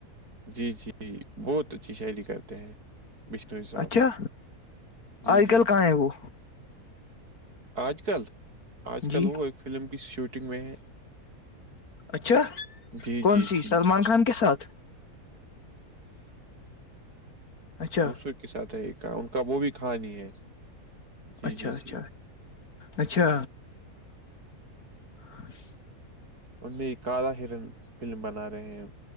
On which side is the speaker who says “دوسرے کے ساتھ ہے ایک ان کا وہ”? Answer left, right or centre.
Right